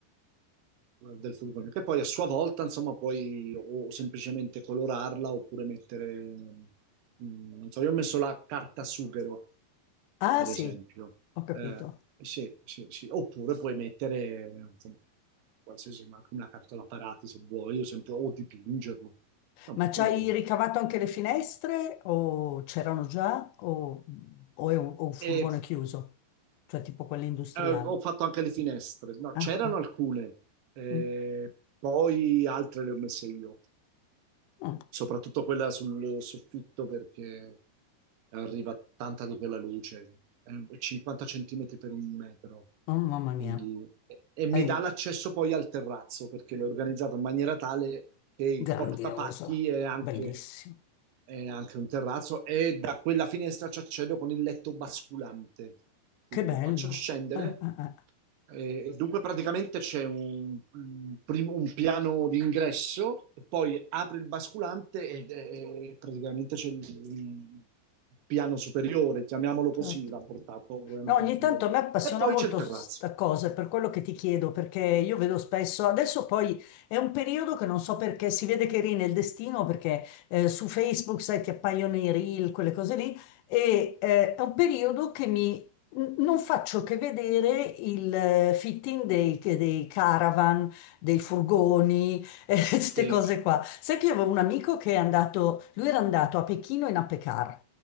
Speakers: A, on the right; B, on the left.
A: del furgone, che poi a sua volta, insomma, puoi o semplicemente colorarla oppure mettere, mm, non so, io ho messo la carta sughero,
B: Ah
A: per
B: sì,
A: esempio.
B: ho capito.
A: Eh, sì, sì, sì. Oppure puoi mettere, insomma, qualsiasi, ma anche una carta da parati se vuoi, o, sempre, o dipingerlo, insomma,
B: Ma ci
A: come
B: hai
A: vuoi.
B: ricavato anche le finestre o c'erano già o, o è un, o un furgone
A: E
B: chiuso? Cioè tipo quelli industriali?
A: eh, ho fatto anche le finestre, no,
B: Ah,
A: c'erano
B: ah,
A: alcune, eh,
B: mm,
A: poi altre le ho messe io.
B: mm,
A: soprattutto quella sul soffitto perché arriva tanta di quella luce, è 50 centimetri per un metro,
B: oh, mamma mia.
A: quindi, e, e mi
B: Hai-
A: dà l'accesso poi al terrazzo perché l'ho organizzato in maniera tale che il
B: Grandioso,
A: portapacchi è anche,
B: bellissimo,
A: è anche un terrazzo e da quella finestra ci accedo con il letto basculante, quindi
B: che bello.
A: lo faccio scendere
B: Eh, eh, eh,
A: eh, dunque praticamente c'è un, un prim- un piano d'ingresso, poi apre il basculante e, e- e praticamente c'è il, un piano superiore, chiamiamolo
B: certo.
A: così, rapportato ovviamente
B: No, ogni
A: a un furgone.
B: tanto a me appassiona
A: E poi
B: molto
A: c'è il terrazzo.
B: sta cosa, per quello che ti chiedo, perché io vedo spesso, adesso poi è un periodo che non so perché si vede che rina il destino, perché eh, su Facebook, sai, ti appaiono i reel, quelle cose lì, e eh, è un periodo che mi... n- Non faccio che vedere il eh, fitting dei, che- dei caravan, dei furgoni, <laughs> eh, queste
A: Sì.
B: cose qua. Sai che io avevo un amico che è andato, lui era andato a Pechino in Apecar